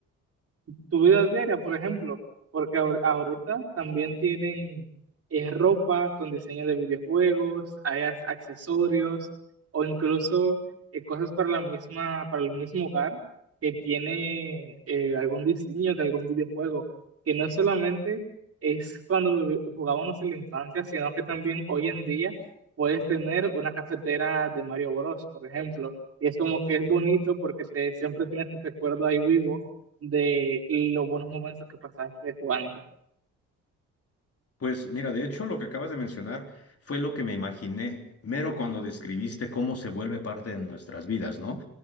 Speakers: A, on the right (about 45°); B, on the left (about 45°).
A: tu vida diaria, por ejemplo, porque ahor- ahorita también tienen eh, ropa con diseño de videojuegos, hay as- accesorios o incluso eh, cosas para la misma, para el mismo hogar que tiene eh, algún diseño de algún videojuego, que no solamente es cuando vi- jugábamos en la infancia, sino que también hoy en día puedes tener una cafetera de Mario Bros, por ejemplo. Y es como que es bonito porque te, siempre tienes el recuerdo ahí vivo de los buenos momentos que pasaste jugando.
B: Pues mira, de hecho lo que acabas de mencionar fue lo que me imaginé, mero cuando describiste cómo se vuelve parte de nuestras vidas, ¿no?